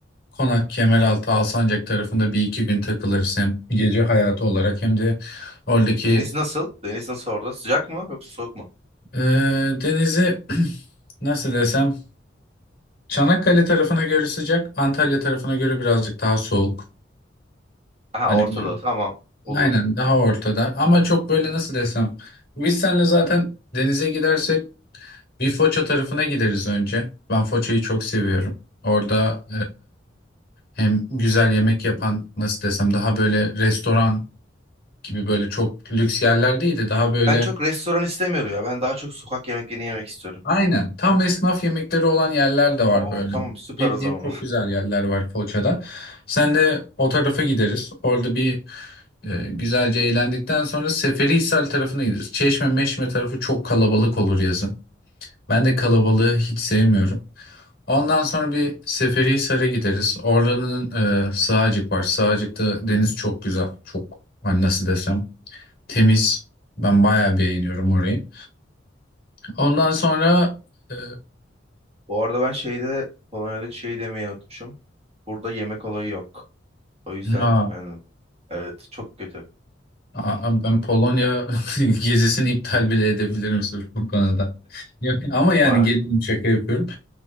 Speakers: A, on the left (about 55°); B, on the right (about 35°).
A: Konak, Kemeraltı, Alsancak tarafında bir iki gün takılırsın. Hem gece hayatı olarak hem de oradaki
B: Deniz nasıl? Deniz nasıl orada? Sıcak mı yoksa soğuk mu?
A: e, denizi <clears throat> nasıl desem Çanakkale tarafına göre sıcak, Antalya tarafına göre birazcık daha soğuk.
B: Aha
A: Hani
B: ortada
A: böyle.
B: tamam olur.
A: Aynen daha ortada. Ama çok böyle nasıl desem. Biz seninle zaten denize gidersek bir Foça tarafına gideriz önce. Ben Foça'yı çok seviyorum. Orada e, hem güzel yemek yapan nasıl desem daha böyle restoran gibi böyle çok lüks yerler değil de daha böyle
B: Ben çok restoran istemiyorum ya. Ben daha çok sokak yemeklerini yemek istiyorum.
A: aynen tam
B: Ben...
A: esnaf yemekleri olan yerler de var
B: Oo
A: böyle.
B: tamam süper
A: Bildiğim
B: o zaman.
A: çok güzel yerler var Foça'da. Sen de o tarafa gideriz. Orada bir E, güzelce eğlendikten sonra Seferihisar tarafına gideriz. Çeşme Meşme tarafı çok kalabalık olur yazın. Ben de kalabalığı hiç sevmiyorum. Ondan sonra bir Seferihisar'a gideriz. Oranın e, Sığacık var. Sığacık'ta deniz çok güzel. Çok hani nasıl desem temiz. Ben bayağı beğeniyorum orayı. Ondan sonra e,
B: <laughs> Bu arada ben şeyde Polonya'da şey demeyi unutmuşum. Burada yemek olayı yok. O yüzden
A: ha,
B: yani evet çok kötü.
A: a- ben Polonya <laughs> gezisini iptal bile edebilirim sırf bu konuda. Yok, Ama yani
B: Vay,
A: gelin şaka yapıyorum.